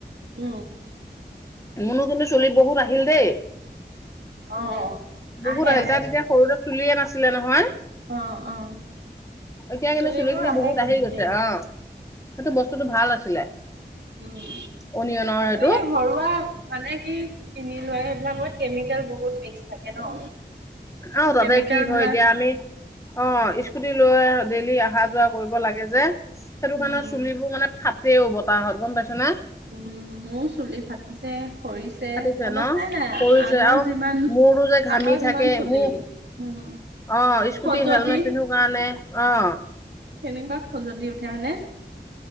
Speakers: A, on the right; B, on the left.
A: ন
B: মনো কিন্তু চলি বহুত আ আহিল দেই
A: অ
B: বহুত
A: আহে
B: আহিল
A: আহে
B: তা তেতিয়া সৰুতে চুলিয়ে নাছিলে নহয় <unintelligible>
A: অ, অ',
B: এতিয়া কিন্তু
A: চুলিবোৰ
B: চুলিখিনি
A: আহে
B: বহুত
A: কিন্তু
B: আহি গৈছে,
A: দেই
B: অ' সেইটো বস্তুটো ভাল আছিলে।
A: উ'ম,
B: অনিয়নৰ সেইটো
A: এনেকে ঘৰুৱা মানে কি কিনি? প্ৰায়ে এইবিলাকত কেমিকেল বহুত মিক্স থাকে ন।
B: আৰু তাতে
A: কেমিকেল
B: কি হয়,
A: বিলাক
B: এতিয়া আমি অ', স্কুটি লৈ ডেইলি অহা যোৱা কৰিব লাগে যে সেইটো
A: উম
B: কাৰণে চুলিবোৰ মানে ফাটেও বতাহত গম পাইছ না।
A: উ'ম মোৰ চুলি ফাটিছে। সৰিছে
B: ফাটিছে
A: অৱস্থাই
B: ন
A: নাই
B: পৰিছে
A: আগৰ
B: আৰু
A: যিমান
B: মূৰটো যে ঘামি
A: আগৰ
B: থাকে
A: যিমান চুলি
B: মোৰ
A: উম।
B: অ', স্কুটি
A: খজতি
B: হেলমেট পিন্ধো কাৰণে অ'।
A: কেনেকুৱা খজুতি উঠে হয়নে।